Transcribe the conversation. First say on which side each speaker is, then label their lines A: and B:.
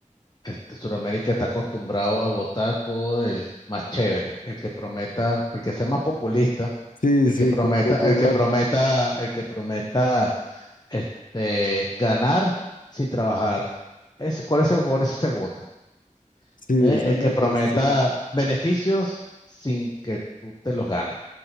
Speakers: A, on the left; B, on the left.
A: este, Sudamérica está acostumbrado a votar por el más chévere, el que prometa, el que sea más populista,
B: Sí,
A: el
B: sí,
A: que prometa,
B: como popular.
A: el que prometa, el que prometa este, ganar sin trabajar. Ese, por ese, por ese se vota.
B: Sí,
A: ¿eh?
B: esa
A: El
B: es la
A: que prometa
B: cuestión.
A: beneficios sin que tú te los ganes.